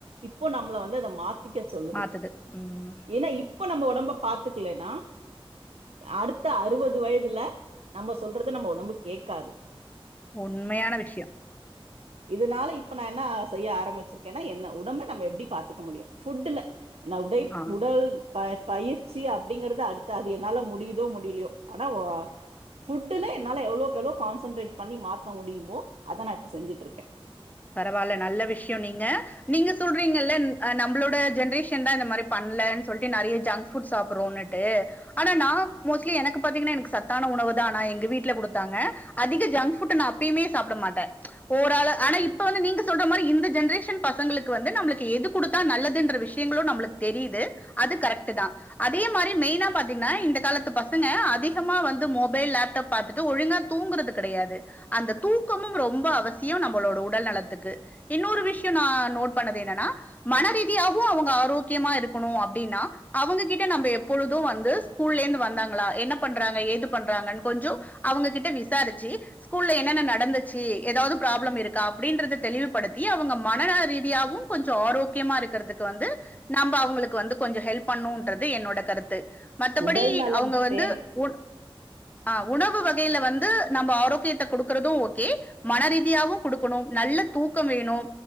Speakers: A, on the right; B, on the left.
A: இப்போ நம்மள வந்து அத மாத் திக்க சொல்லுது
B: மாத்துது ம்
A: ஏன்னா இப்ப நம்ம உடம்ப பாத்துக்கலன்னா அடுத்த அறுவது வயதுல நம்ம சொல்றத நம்ம உடம்பு கேக்காது
B: உண்மையான விஷயோ
A: இதனால இப்ப நா என்ன செய்ய ஆரம்பிச்சிருக்கேன்னா என்ன உடம்ப நம்ம எப்டி பாத்துக்க முடியு ஃபுட்ல ந உடைப்
B: ஆ
A: உடல் ந பயிற்சி அப்டிங்கறது அடுத்த அது என்னால முடியிதோ முடியலையோ ஆனா ஒ ஃபுட்டுல என்ன னால எவ்ளோக்கு எவ்ளோ கான்சன்ட்ரேட் பண்ணி மாத்த முடியுமோ அத நா இப்ப செஞ்சிட்டு இருக்கே
B: பரவால்ல நல்ல விஷயோ நீங்க நீங்க சொல்றீங்கல்ல நம்மளோட ஜென்ரேஷன் தா இந்த மாரி பண் ல சொல்டு நறைய ஜங்க் ஃபுட் சாப்புட்றோன்னுட்டு ஆனா நா மோஸ்ட்லி எனக்கு பாத்தீங்கன்னா எனக்கு சத்தான உணவு தா நா எங்க வீட்ல குடுத்தாங்க அதிக ஜங்க் ஃபுட் நா அப்பயுமே சாப்ட மாட்டே ஓராள ஆனா இப்ப இப்ப வந்து நீங்க சொல்ற மாரி இந்த ஜென்ரேஷன் பசங்களுக்கு வந்து நம்மளுக்கு எது குடுத்தா நல்லதுன்ற விஷயங்களு நம்மளுக்கு தெரியுது து அது கரெக்ட் தா அதே மாரி மெயினா பாத்தீங்கன்னா இந்த காலத்து பசங்க அதிகமா வந்து மொபைல் லேப்டாப் பாத்துட்டு ஒழுங்கா தூங்கறது கெடையாது அந்த தூக்கமும் ரொம்ப அவசியோ நம்மளோட உட உடல் நலத்துக்கு இன்னொரு விஷயோ நா நோட் பண்ணது என்னன்னா மனரீதியாவு அவுங்க ஆரோக்கியமா இருக் ணும் அப்படின்னா அவங்ககிட்ட நம்ப எப்பொழுது வந்து ஸ்கூல்லே இருந்து வந்தாங்களா என்ன பண்றாங்க ஏது பண்றா றாங்கன் கொஞ்சோ அவங்ககிட்ட விசாரிச்சு ஸ்கூல்ல என்னென்ன நடந்துச்சு ஏதாவது ப்ராப்ளம் இருக் கா அப்படின்றத தெளிவுபடுத்தி அவங்க மனநல ரீதியாவு கொஞ்சோ ஆரோக்கியமா இருக்கிறதுக்கு வந்து நம் ப அவங்களுக்கு வந்து கொஞ்ச ஹெல்ப் பண்ணுன்றது என்னோட கருத்து மத்தபடி
A: உடல் நலம்
B: அவங்க வந்து
A: பேண்
B: உன் ஆ உணவு வகைல வந்து நம்ப ஆரோக்கியத்த குடுக்குறது ஓகே மனரீதியாவு குடுக்கணு நல்ல தூக்கம் வேணு